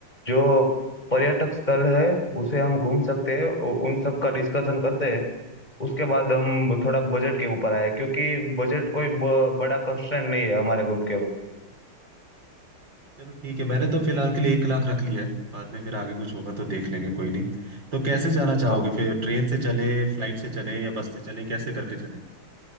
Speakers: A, on the left (about 20°); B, on the right (about 55°).
A: जो पर्यटक स्थल है उसे हम घूम सकते हैं उ- उन सब का डिस्कशन करते हैं उसके बाद हम थोड़ा बजट के ऊपर आए क्योंकि बजट कोई ब- बड़ा कंस्ट्रेंट नहीं है हमारे ग्रुप के
B: चलो ठीक है मैंने तो फिलहाल के लिए एक लाख रख लिया है बाद में फिर आगे कुछ होगा तो देख लेंगे कोई नहीं तो कैसे जाना चाहोगे
A: हाँ
B: फिर ट्रेन से चले फ्लाइट से चले या बस से चले कैसे करके चले